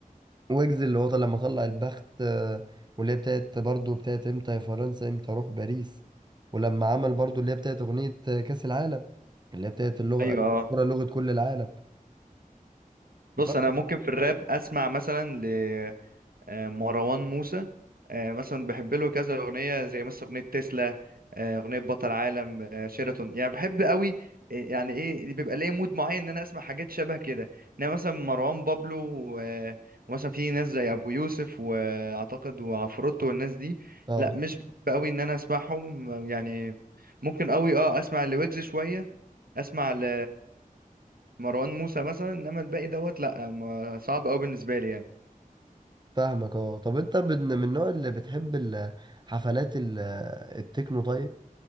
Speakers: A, on the right; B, on the right.
A: ويجز اللي هو طلع لما طلع البخت آه، واللي هي بتاعت برضه بتاعت امتى يا فرنسا امتى اروح باريس ولما عمل برضه اللي هي بتاعت اغنية آه، كأس العالم اللي هي بتاعت اللغة
B: ايوه اه
A: كرة لغة كل العالم
B: بص
A: فاهم؟
B: انا ممكن في الراب اسمع مثلا آه، مروان موسى آه، مثلا بحب له كذا اغنيه زي مثلا اغنيه تسلا آه، اغنيه بطل عالم آه، شيراتون يعني بحب قوي آه، يعني ايه بيبقى ليا مود معين ان انا اسمع حاجات شبه كده انما مثلا مروان بابلو و- ومثلا في ناس زي ابو يوسف واعتقد وعفروتو والناس دي
A: اه
B: لا مش بحب قوي ان انا اسمعهم يعني ممكن قوي اه اسمع لويجز شويه اسمع ل مروان موسى مثلا انما الباقي دوت لا ما- صعب قوي بالنسبه لي يعني
A: فاهمك اه طب انت من من النوع اللي بتحب ال- حفلات ال- التكنو طيب